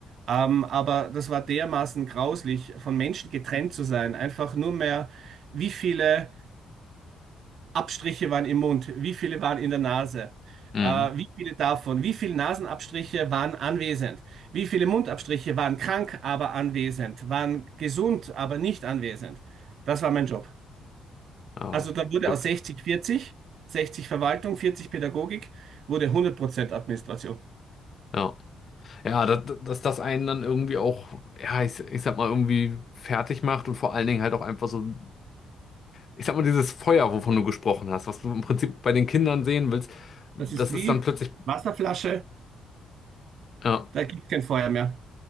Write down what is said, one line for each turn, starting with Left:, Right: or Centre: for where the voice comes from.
Right: Ähm, aber das war dermaßen grauslich, von Menschen getrennt zu sein. Einfach nur mehr, wie viele Abstriche waren im Mund, wie viele waren in der Nase,
Left: Mhm.
Right: äh, wie viele davon, wie viele Nasenabstriche waren anwesend, wie viele Mundabstriche waren krank, aber anwesend, waren gesund, aber nicht anwesend. Das war mein Job.
Left: Ja,
Right: Also da wurde
Left: verrückt.
Right: aus 60 40, 60 Verwaltung, 40 Pädagogik, wurde hundert Prozent Administration.
Left: Ja. Ja, dass, dass das einen dann irgendwie auch, ja, ich, ich sag mal, irgendwie fertig macht und vor allen Dingen halt auch einfach so, ich sag mal, dieses Feuer, wovon du gesprochen hast, was du im Prinzip bei den Kindern sehen willst, das
Right: Das ist wie
Left: ist dann plötzlich,
Right: Wasserflasche,
Left: ja,
Right: da gibt es kein Feuer mehr,